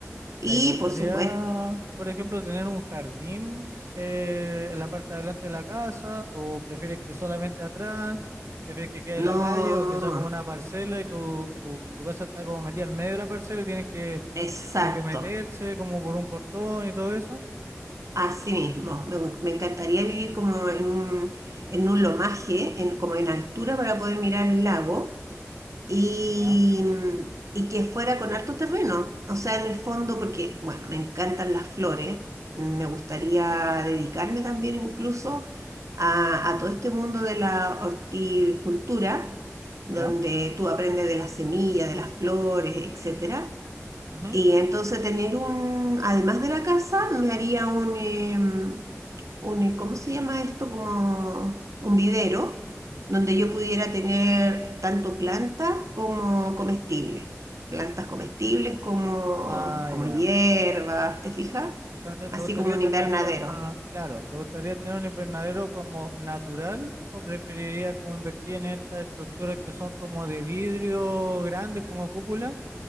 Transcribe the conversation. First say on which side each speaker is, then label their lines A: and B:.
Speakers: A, on the right (about 80°); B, on the right (about 60°).
A: Y
B: Ya, ¿y te gustaría,
A: por supuesto,
B: por ejemplo, tener un jardín eh, en la parte de adelante de la casa o prefieres que solamente atrás? ¿Prefieres que quede
A: no,
B: en la calle o que sea como una parcela y tu, tu, tu casa está como metida al medio de la parcela y tienes que
A: exacto,
B: como que meterse como por un portón y todo eso.
A: así mismo. Me, gu- me encantaría vivir como en un, en un lomaje, en- como en altura para poder mirar el lago y,
B: Ya,
A: y que fuera con harto terreno. O sea, en el fondo, porque, bueno, me encantan las flores, me gustaría dedicarme también incluso a, a todo este mundo de la horticultura,
B: ya.
A: donde tú aprendes de las semillas, de las flores, etcétera
B: Ujú.
A: y entonces tener un, además de la casa, me haría un, em, un, eh, ¿cómo se llama esto? Como un vivero, donde yo pudiera tener tanto plantas como comestibles. Plantas comestibles como,
B: Ah,
A: como
B: ya.
A: hierbas, ¿te fijas?
B: Pero te,
A: Así
B: te gustaría
A: como un
B: tener
A: invernadero.
B: la- claro, ¿te gustaría tener un invernadero como natural o preferirías como invertir en estas estructuras que son como de vidrio grande, como cúpula,